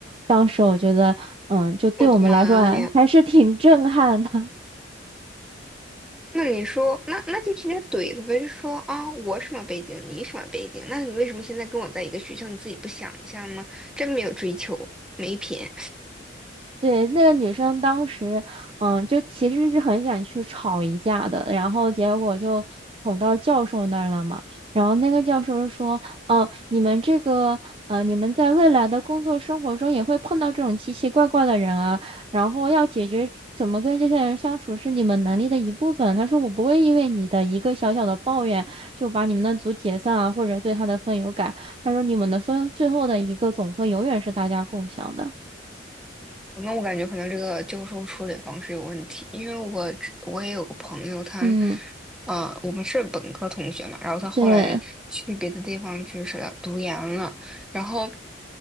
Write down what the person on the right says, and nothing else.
当时我觉得，嗯，就对我们来说啊还是挺震撼的。
对，那个女生当时，嗯，就其实是很想去吵一架的，然后结果就捅到教授那儿了嘛。然后那个教授说：“哦，你们这个，呃，你们在未来的工作生活中也会碰到这种奇奇怪怪的人啊，然后要解决怎么跟这些人相处是你们能力的一部分。”他说：“我不会因为你的一个小小的抱怨就把你们的组解散啊，或者对他的分有改。”他说：“你们的分最后的一个总分永远是大家共享的。”
嗯，
对。